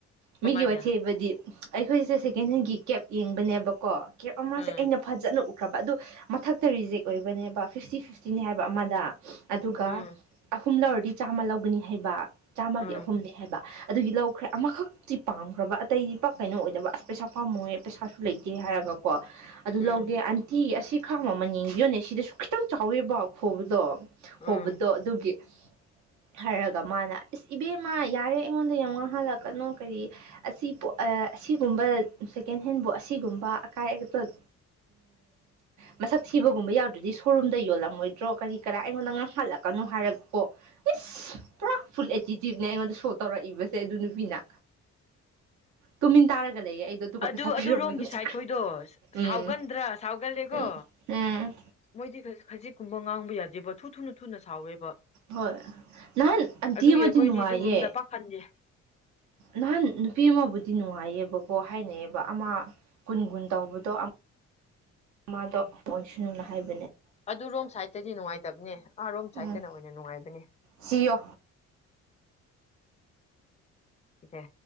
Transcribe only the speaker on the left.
ꯀꯃꯥꯏꯅ
ꯎꯝ
ꯎꯝ
ꯎꯝ
ꯎꯝ
ꯎꯝ
ꯑꯗꯨ
ꯑꯗꯨꯔꯣꯝꯒꯤ
ꯁꯥꯏꯠ
ꯈꯣꯏꯗꯣ
ꯁꯥꯎꯒꯟꯗ꯭ꯔꯥ ꯁꯥꯎꯒꯜꯂꯦꯀꯣ
ꯃꯣꯏꯗꯤ ꯈꯖꯤꯛ ꯀꯨꯝꯕ ꯉꯥꯡꯕ ꯌꯥꯏ ꯌꯥꯗꯤꯦꯕ ꯊꯨ ꯊꯨꯅ ꯊꯨꯅ ꯁꯥꯎꯋꯦꯕ
ꯑꯗꯨꯒꯤ
ꯑꯩꯈꯣꯏꯗꯤ
ꯑꯗꯨꯔꯣꯝꯗ <inaudible>
ꯑꯗꯨ ꯔꯣꯝ ꯁꯥꯏꯗꯠꯇꯗꯤ ꯅꯨꯡꯉꯥꯏꯇꯕꯅꯦ ꯑꯥꯔꯣꯝ
ꯁꯥꯏꯗꯠꯇꯅ ꯑꯣꯏꯅ ꯅꯨꯡꯉꯥꯏꯕꯅꯦ
ꯁꯤꯗ